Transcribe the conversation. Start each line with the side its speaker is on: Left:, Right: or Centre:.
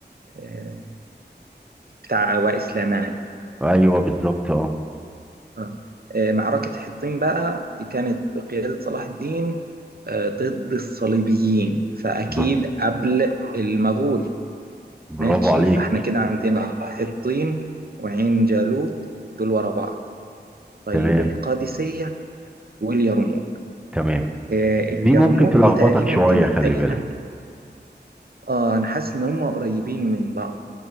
Right: آه، بتاع وائل سليمان
Centre: ايوه بالظبط اه
Right: آه. آه، معركة حطين بقى دي كانت بقيادة صلاح الدين آه، ضد الصليبيين فأكيد
Centre: بر-
Right: قبل المغول
Centre: برافو
Right: ماشي
Centre: عليك
Right: فاحنا كده عندنا حطين وعين جالوت دول ورا بعض طيب
Centre: تمام
Right: القادسية واليرموك
Centre: تمام
Right: آه، اليرموك
Centre: دي ممكن تلخبطك
Right: دي تقريبا
Centre: شويه
Right: كانت
Centre: خلي
Right: أيام
Centre: بالك
Right: اه أنا حاسس إن هم قريبين من بعض